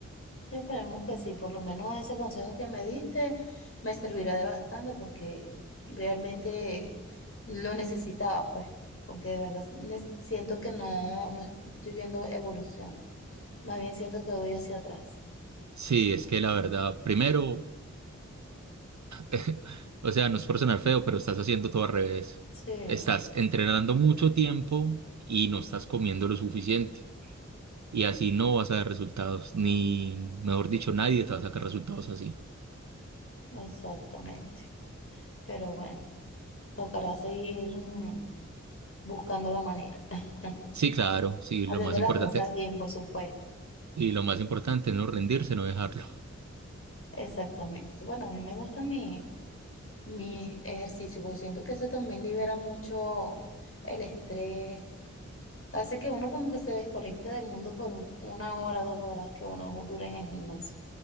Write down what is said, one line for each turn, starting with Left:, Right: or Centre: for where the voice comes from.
Left: esperemos que sí, por lo menos ese consejo que me diste me servirá de bastante porque realmente lo necesitaba, pues, porque de verdad ne- siento que no, no estoy viendo evolución, más bien siento que voy hacia atrás.
Right: Sí, es que la verdad, primero <laughs> O sea, no es por sonar feo, pero estás haciendo todo al revés.
Left: Sí,
Right: Estás entrenando mucho tiempo y no estás comiendo lo suficiente. Y así no vas a dar resultados, ni, mejor dicho, nadie te va a sacar resultados así.
Left: exactamente. Pero bueno, tocará seguir mm, buscando la manera, <laughs>
Right: Sí, claro, sí,
Left: haciendo
Right: lo más
Left: las
Right: importante,
Left: cosas bien, por supuesto.
Right: y lo más importante es no rendirse, no dejarlo.
Left: Exactamente. Bueno, a mí me gusta mi, mi ejercicio porque siento que eso también libera mucho el estrés. Hace que uno como que se desconecte del mundo por un- una hora, dos horas que uno dure en el gimnasio.